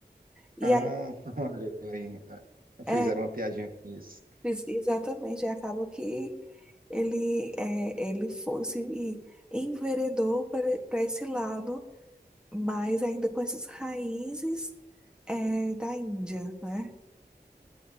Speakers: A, in the centre; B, on the right (about 55°).
A: E
B: Ah,
A: aí,
B: <laughs> olha aí. ah, Fizeram
A: é,
B: uma piadinha com isso.
A: ex- exatamente, aí acaba que ele, é, ele foi, se enveredou para esse lado, mas ainda com essas raízes, é, da Índia, né?